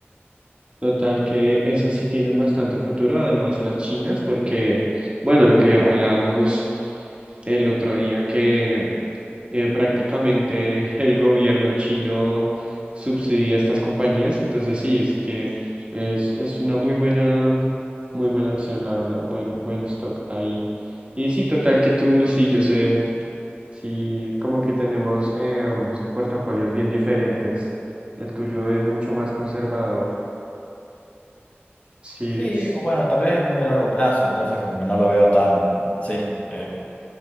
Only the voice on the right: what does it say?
Total que esas sí tienen bastante futuro, además las chinas, porque, bueno, lo que hablábamos el otro día, que eh, prácticamente <laughs> el gobierno chino subsidia estas compañías, entonces sí, es que es, es una muy buena, muy buena acción, la verdad, buen, buen stock ahí. Y sí, total que tú, sí, yo sé, sí, como que tenemos em, portafolios bien diferentes. El tuyo es mucho más conservador. Sí,
es,